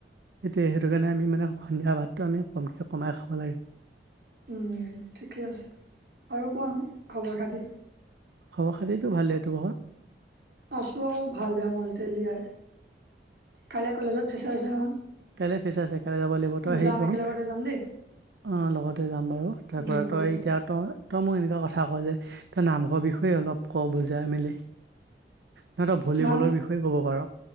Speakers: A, on the right; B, on the right.
A: এতিয়া সেইটো কাৰণে আমি মানে সন্ধিয়া ভাতটো আমি কমকে কমাই খাব লাগে।
B: উম ঠিকে আছে আৰু কোৱা খবৰ খাতি।
A: খব খাতিতো ভালেই তোমাৰ
B: আছো আৰু ভাল বেয়া মাজতে জীয়াই। কাইলে কলেজত ফেৰ্চাচ আছে নহয়।
A: কেইলে ফেচাচ আছে কাইলৈ যাব লাগিব তই হেৰি
B: যাম
A: কৰচোন।
B: একেলগতে যাম দেই
A: অ লগতে যাম বাৰু তাৰ
B: উম
A: পৰা
B: লগতে
A: তই
B: যাম
A: এতিয়া তই তই মোক এনেকুৱা কথা ক যে তই নামঘৰ বিষয়ে অলপ ক বুজাই মেলি। নহয় তই ভলীবলৰ
B: যাম
A: বিষয়ে ক'ব পাৰ।